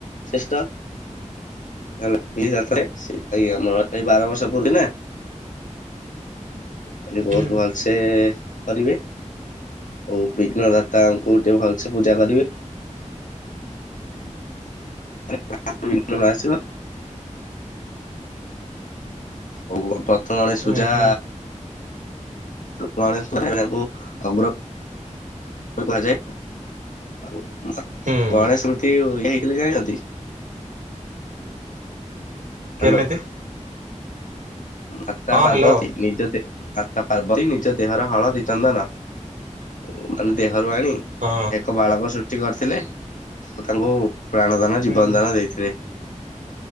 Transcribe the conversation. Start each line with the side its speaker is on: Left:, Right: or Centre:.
Left: ଶ୍ରେଷ୍ଠ ହେଲା ଇଏ ସେଇ ଆମର ବାର ବର୍ଷ ପୁରିଲା ଖାଲି ବହୁତ
Right: ହୁଁ
Left: ଭଲସେ କରିବେ। ଆଉ ବିଘ୍ନଦାତାଙ୍କୁ ଟିକେ ଭଲସେ ପୂଜା କରିବେ। <unintelligible> ଆସିବ। ହଉ ପ୍ରଥ ଗଣେଶ
Right: ହୁଁ
Left: ପୂଜା।
Right: ହୁଁ
Left: ଗଣେଶ <unintelligible> ଅଗ୍ର ବୋଲି କୁହାଯାଏ। ଆଉ ଉଁ
Right: ହୁଁ
Left: ଗଣେଶ ମୂର୍ତ୍ତି ଉ ଇଏ ହେଇଥିଲେ ଜାଣିଛନ୍ତି? ହ୍ୟାଲୋ
Right: କେମିତି?
Left: ମାତା
Right: ହଁ
Left: ପାର୍ବତୀ
Right: ହ୍ୟାଲୋ
Left: ନିଜ ଦେ ମାତା ପାର୍ବତୀ ନିଜ ଦେହର ହଳଦୀ, ଚନ୍ଦନ ଆଉ ମାନେ ଦେ ହରୁ ଆଣି
Right: ହଁ
Left: ଏକ ବାଳକ ସୃଷ୍ଟି କରିଥିଲେ, ଆଉ ତାଙ୍କୁ ପ୍ରାଣ ଦାନ,
Right: ହୁଁ
Left: ଜୀବନ ଦାନ ଦେଇଥିଲେ।